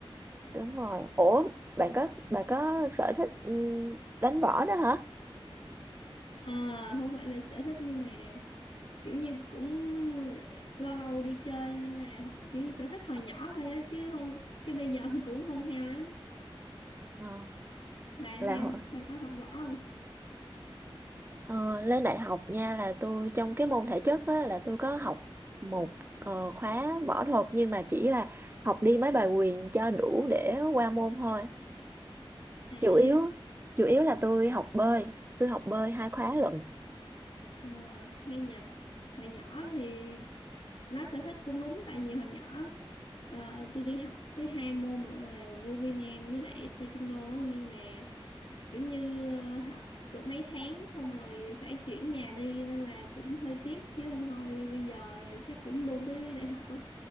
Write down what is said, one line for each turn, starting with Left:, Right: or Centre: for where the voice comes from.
Right: đúng rồi ủa bạn có bạn có sở thích ừ, đánh võ đó hả
Left: Ờ, không phải là sở thích nhưng mà kiểu như cũng lâu lâu đi chơi nên là ho- kiểu như sở thích hồi nhỏ thôi á chứ không chứ bây giờ <laughs> cũng không theo lắm
Right: Ờ,
Left: bạn
Right: là
Left: sao
Right: hồi-
Left: bạn có học võ không
Right: Ờ, lên đại học nha là tôi trong cái môn thể chất á, là tôi có học một ờ, khóa võ thuật nhưng mà chỉ là học đi mấy bài quyền cho đủ để qua môn thôi
Left: à
Right: chủ yếu chủ yếu là tôi học bơi tôi học bơi hai khóa lận
Left: ờ, hay nhỉ hồi nhỏ thì nói sở thích cũng đúng tại vì hồi nhỏ ờ, tôi đi học tới hai môn lận là vô Việt Nam với lại Taekwondo á nhưng mà kiểu như ờ, học được mấy tháng xong rồi phải chuyển nhà đi nên là cũng hơi tiếc chứ không thôi bây giờ chắc cũng đu tới đại học á